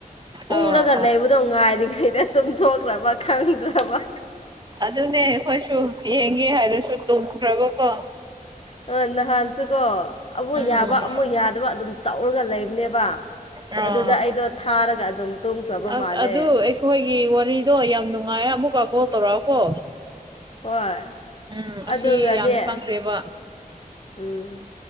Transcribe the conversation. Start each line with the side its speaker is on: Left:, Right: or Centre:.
Left: ꯎꯪꯂꯒ
Right: ꯑꯣ ꯑꯣ
Left: ꯂꯩꯕ ꯑꯗꯨ ꯉꯥꯏꯔꯤꯉꯩꯗ ꯇꯨꯝꯊꯣꯛꯈ꯭ꯔꯕ ꯈꯪꯗ꯭ꯔꯕ
Right: ꯑꯗꯨꯅꯦ ꯑꯩꯈꯣꯏꯁꯨ ꯌꯦꯡꯒꯦ ꯍꯥꯏꯔꯁꯨ ꯇꯨꯝꯈ꯭ꯔꯕꯀꯣ
Left: ꯑꯣ ꯅꯍꯥꯟꯁꯤꯀꯣ ꯑꯃꯨꯛ
Right: ꯎꯝ
Left: ꯌꯥꯕ ꯑꯃꯨꯛ ꯌꯥꯗꯕ ꯑꯗꯨꯝ ꯇꯧꯔꯒ ꯂꯩꯕꯅꯦꯕ
Right: ꯑꯥ
Left: ꯑꯗꯨꯗ ꯑꯩꯗꯣ ꯊꯥꯔꯒ ꯑꯗꯨꯝ ꯇꯨꯝꯈ꯭ꯔꯕ
Right: ꯑꯁ
Left: ꯃꯥꯜꯂꯦ
Right: ꯑꯗꯨ ꯑꯩꯈꯣꯏꯒꯤ ꯋꯥꯔꯤꯗꯣ ꯌꯥꯝ ꯅꯨꯡꯉꯥꯏ ꯑꯃꯨꯛꯀ ꯀꯣꯜ ꯇꯧꯔꯛꯑꯣꯀꯣ
Left: ꯍꯣꯏ
Right: ꯎꯝ ꯑꯁꯤ
Left: ꯑꯗꯨꯒꯅꯦ
Right: ꯌꯥꯝ ꯆꯪꯈ꯭ꯔꯦꯕ
Left: ꯎꯝ